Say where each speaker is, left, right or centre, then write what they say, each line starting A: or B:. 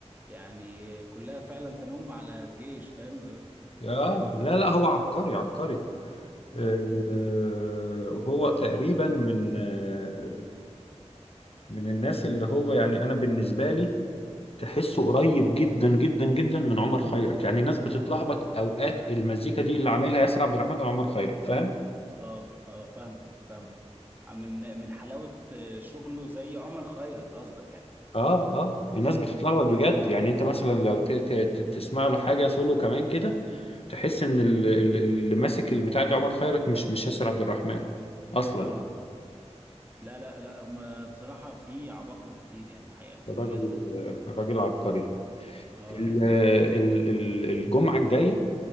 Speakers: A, on the right; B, on the left.
A: يعني كلها فعلا تنم على الجيش فاهم اللي هو
B: اه لا لا هو عبقري عبقري
A: لا
B: آه،
A: حلو جدا
B: آه، هو تقريبا من آه، من الناس اللي هو يعني انا بالنسبة لي تحسه قريب جدا جدا جدا من عمر خيرت يعني الناس بتتلخبط اوقات المزيكا دي اللي عاملها ياسر عبد الرحمن وعمر خيرت فاهم
A: اه اه فاهم فاهم من من حلاوة آه، شغله زي عمر خيرت قصدك يعني
B: اه اه الناس بتتلخبط
A: امم
B: بجد يعني انت مثلا لو ت- ت- ت- تسمع له حاجه سولو كمان كده تحس ان ال- ال- اللي ماسك البتاع دي عمر خيرت مش مش ياسر عبد الرحمن اصلا
A: اه لا لا لا هم بصراحة في عباقرة كتير يعني الحقيقة في
B: الراجل
A: المجال ده
B: الراجل عبقري
A: يعني اه
B: ال-
A: يعني
B: ال- ال- الجمعه الجايه